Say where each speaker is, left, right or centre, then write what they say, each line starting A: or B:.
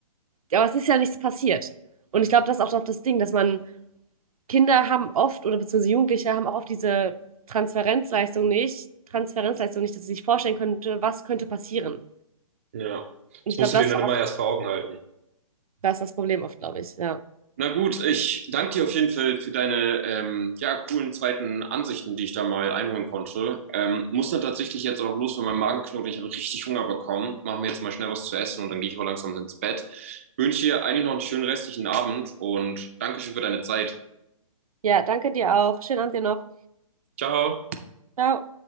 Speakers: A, on the right; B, on the right.
A: aber es ist ja nichts passiert. Und ich glaube, das ist auch doch das Ding, dass man Kinder haben oft oder beziehungsweise Jugendliche haben auch oft diese Transferenzleistung nicht, Transferenzleistung nicht, dass sie sich vorstellen könnte, was könnte passieren.
B: Ja,
A: Und
B: das
A: ich
B: musst
A: glaube,
B: du
A: das
B: dir dann
A: ist auch
B: immer
A: oft,
B: erst vor Augen halten.
A: das, ist das Problem oft, glaube ich. Ja.
B: Na gut, ich danke dir auf jeden Fall für deine ähm, ja, coolen zweiten Ansichten, die ich da mal einholen konnte. Ähm, muss dann tatsächlich jetzt auch los, weil mein Magen knurrt. und Ich habe richtig Hunger bekommen. Machen wir jetzt mal schnell was zu essen und dann gehe ich auch langsam ins Bett. Wünsche dir eigentlich noch einen schönen restlichen Abend und Dankeschön für deine Zeit.
A: ja, danke dir auch. Schönen Abend dir noch.
B: Ciao.
A: Ciao.